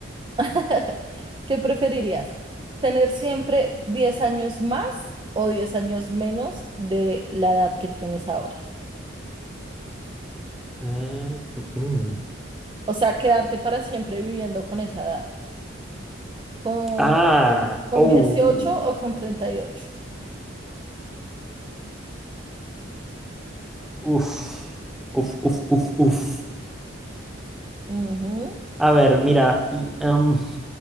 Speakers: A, on the right; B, in the centre.
A: <laughs> ¿Qué preferirías? ¿Tener siempre 10 años más o 10 años menos de la edad que tienes ahora?
B: Em, mm, mm.
A: O sea, quedarte para siempre viviendo con esa edad. ¿Con,
B: Ah,
A: con
B: oh,
A: 18 o con 38?
B: uff, uff, uff, uff, uff.
A: Ujú,
B: A ver, mira, y, em,